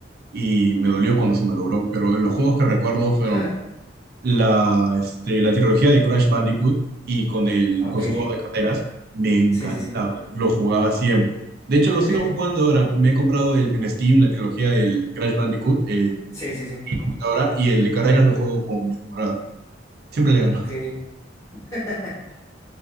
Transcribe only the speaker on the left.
Ok.
<laughs>
Ok.
Sí, sí, sí.
<laughs>
Sí, sí, sí.
Ok. <laughs>